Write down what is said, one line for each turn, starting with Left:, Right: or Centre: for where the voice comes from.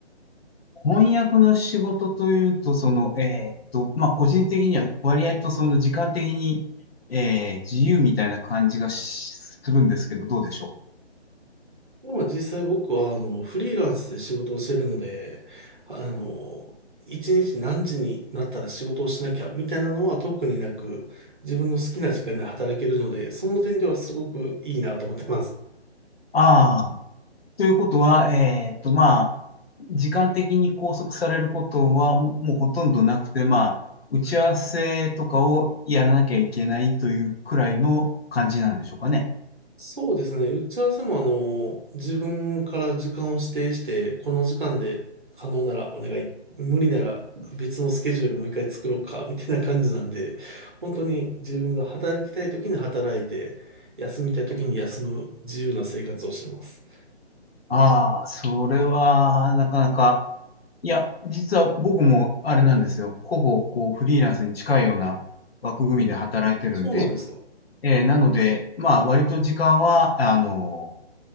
Left: 翻訳の仕事というと、その、えーっと、まあ、個人的には割合とその時間的に、えー自由みたいな感じがしするんですけど、どうでしょう。
Right: 今実際僕は、あの、フリーランスで仕事をしているので、あの、一日何時になったら仕事をしなきゃ、みたいなのは特になく、自分の好きな時間で働けるので、その点ではすごくいいなと思ってます。
Left: ああ、ということは、えーっと、まあ、時間的に拘束されることはももうほとんどなくて、まあ、打ち合わせとかをやらなきゃいけないというくらいの感じなんでしょうかね。
Right: そうですね。打ち合わせもあの、自分から時間を指定して、この時間で可能ならお願い。無理なら別のスケジュールもう一回作ろうか、みたいな感じなんで、本当に自分が働きたい時に働いて、休みたい時に休む自由な生活をしてます。
Left: ああ、それは、なかなか、いや、実は僕もあれなんですよ。ほぼ、こう、フリーランスに近いような枠組みで働いてるんで、
Right: そうなんですか
Left: えーなので、まあ、割と時間は、あの、